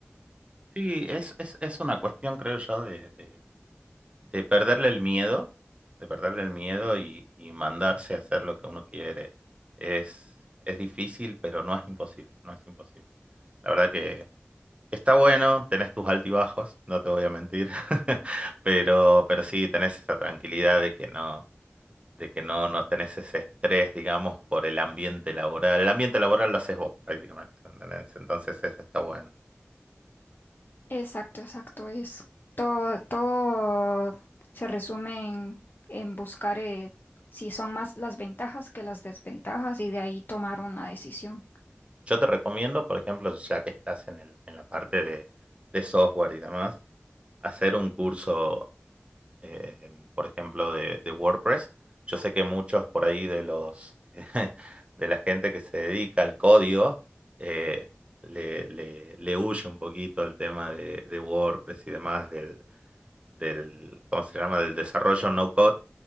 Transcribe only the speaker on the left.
Exacto, exacto, es todo, todo se resume en, en buscar eh, si son más las ventajas que las desventajas y de ahí tomar una decisión.